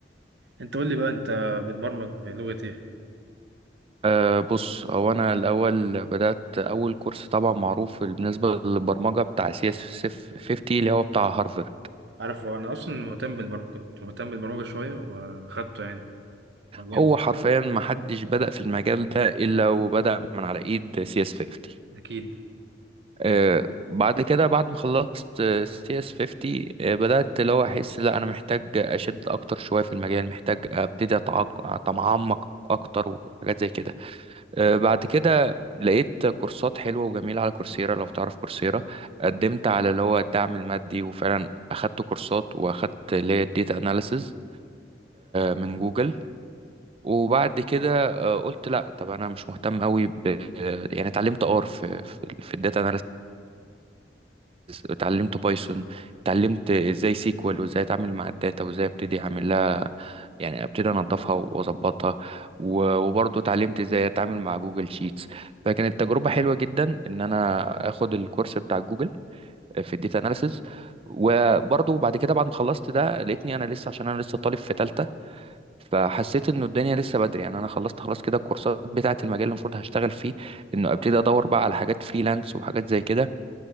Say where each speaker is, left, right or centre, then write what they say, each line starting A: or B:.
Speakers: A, on the right; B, on the right.
A: انت قول لي بقى انت بتبرمج بلغة ايه
B: أه بص هو أنا الأول بدأت أول كورس طبعا معروف بالنسبة للبرمجة بتاع سي اس 50 اللي هو بتاع هارفرد
A: عارف انا اصلا مهتم بالبرمجة كنت مهتم بالبرمجة شوية واخدته يعني هو جامد
B: هو حرفيا ما حدش بدأ في المجال ده إلا وبدأ من على إيد سي اس 50
A: اكيد
B: آه، بعد كده بعد ما خلصت سي اس 50 آه، بدأت اللي هو احس لا انا محتاج اشد اكتر شوية في المجال محتاج ابتدي أتعق- اتعمق اكتر وحاجات زي كده آه، بعد كده لقيت كورسات حلوة وجميلة على كورسيرا لو تعرف كورسيرا قدمت على اللي هو الدعم المادي وفعلا اخدت كورسات واخدت اللي هي الديتا اناليسز من جوجل وبعد كده آه، قلت لا طب انا مش مهتم قوي ب يعني اتعلمت ار في في, في الداتا اتعلمت بايثون اتعلمت ازاي سيكوال وازاي اتعامل مع الداتا وازاي ابتدي اعمل لها يعني ابتدي انضفها واظبطها و- وبرضه اتعلمت ازاي اتعامل مع جوجل شيتس فكانت تجربة حلوة جدا ان انا اخد الكورس بتاع جوجل في الداتا اناليسز وبرضه بعد كده بعد ما خلصت ده لقيتني انا لسه عشان انا لسه طالب في تالتة فحسيت انه الدنيا لسه بدري يعني انا خلصت خلاص كده الكورسات بتاعه المجال اللي المفروض هشتغل فيه انه ابتدي ادور بقى على حاجات فريلانس وحاجات زي كده